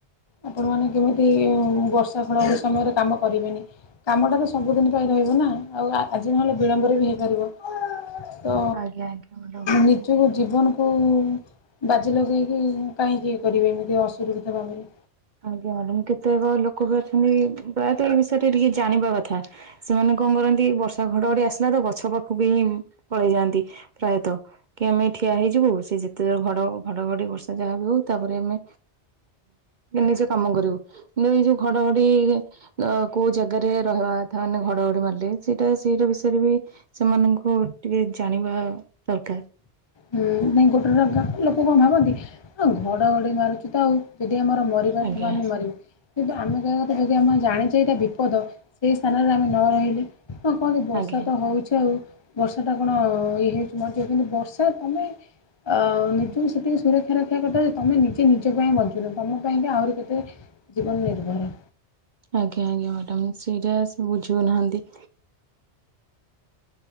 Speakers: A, on the left; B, on the right.
A: ଆପଣ ମାନେ କେମିତି ବର୍ଷ ଆପଣ ଗୋଟେ ସମୟରେ କାମ କରିବେନି କାମଟା ତ ସବୁଦିନ ପାଇଁ ରହିବ ନା ଆଉ ଆଜି ନହେଲେ ବିଳମ୍ବରେ ବି ହେଇପାରିବ। ତ
B: ଆଜ୍ଞା। ଆଜ୍ଞା ଆଜ୍ଞା ମ୍ୟାଡ଼ାମ।
A: ନିଜକୁ ଜୀବନକୁ ବାଜି ଲଗେଇକି କାହିଁକି ଇଏ କରିବେ ଏମିତି ଅସୁରକ୍ଷିତ ଭାବରେ।
B: ଆଜ୍ଞା ମ୍ୟାଡ଼ାମ। କେତେକ ଲୋକ ବି ଅଛନ୍ତି ପ୍ରାୟତଃ ଏ ବିଷୟରେ ଟିକେ ଟିକେ ଜାଣିବା କଥା। ସେମାନେ କଣ କରନ୍ତି ବର୍ଷା ଘଡଘଡି ଆସିଲା ତ ଗଛ ପାଖକୁ ବି ହିଁ ପଳେଇ ଯାଆନ୍ତି। ପ୍ରାୟତଃ କି ଆମେ ଠିଆ ହେଇଯିବୁ ସେ ଯେତେ ଜୋର୍ ଘଡ଼ ଘଡଘଡି ବର୍ଷା ଯାହାବି ହଉ ତାପରେ ଆମେ ନିଜେ କାମ କରିବୁ। କିନ୍ତୁ ଏଇ ଯୋଉ ଘଡଘଡି କୋଉ ଜାଗାରେ ରହିବା କଥା ମାନେ ଘଡଘଡି ମାରିଲେ ସେଇଟା ସେଇଟା ବିଷୟରେ ବି ସେମାନଙ୍କୁ ଟିକେ ଜାଣିବା ଦରକାର
A: ହୁଁ ନାଇଁ ଗୋଟେ ଗୋଟା ଲୋକ କଣ ଭାବନ୍ତି? ଆ ଘଡଘଡି ମାରୁଛି ତ ଆଉ। ଯଦି ଆମର ମରିବାର
B: ଆଜ୍ଞା
A: ଥିବ ଆମେ ମରିବୁ କିନ୍ତୁ ଆମେ କହିବା କଥା ଯଦି ଆମ ଜାଣିଛି ଏଇଟା ବିପଦ। ସେଇ ସ୍ଥାନରେ ଆମେ ନ ରହିଲେ। ହଁ କହନ୍ତି ବର୍ଷା
B: ଆଜ୍ଞା।
A: ତ ହଉଛି ଆଉ ବର୍ଷା ଟା କଣ ଇଏ ହେଇଛି ମ ଯେ କିନ୍ତୁ ବର୍ଷା ତମେ ଅ ନିଜକୁ ସେତିକି ସୁରକ୍ଷା ରଖିବା କଥା ଯେ ତମେ ନିଜେ ନିଜ ପାଇଁ ବଞ୍ଚୁନ ତମପାଇଁ ବି ଆହୁରି କେତେ ଜୀବନ ନିର୍ଭର।
B: ଆଜ୍ଞା ଆଜ୍ଞା ମ୍ୟାଡାମ। ସେଇଟା ସେ ବୁଝୁ ବି ନାହାଁନ୍ତି।